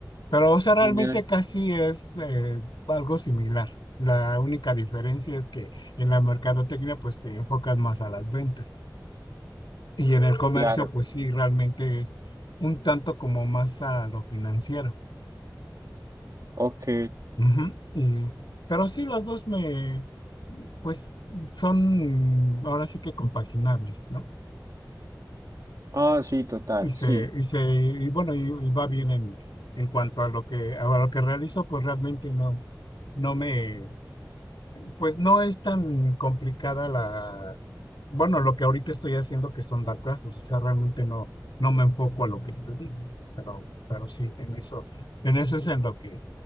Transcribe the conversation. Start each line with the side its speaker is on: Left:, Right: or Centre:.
Left: Pero, o sea, realmente
Right: tiene
Left: casi es eh, algo similar. La única diferencia es que en la mercadotecnia pues te enfocas más a las ventas y en el comercio
Right: claro.
Left: pues sí, realmente es un tanto como más a lo financiero.
Right: Ok.
Left: Ujú. Y- pero sí, las dos me pues son ahora sí que compaginables, ¿no?
Right: Ah, sí, total,
Left: Y se,
Right: sí.
Left: y se, y bueno, y, y va bien en, en cuanto a lo que, a lo que realizo, pues realmente no, no me, pues no es tan complicada la, bueno, lo que ahorita estoy haciendo que son dar clases, o sea, realmente no, no me enfoco a lo que estudié, pero, pero sí, en eso, en eso es en lo que,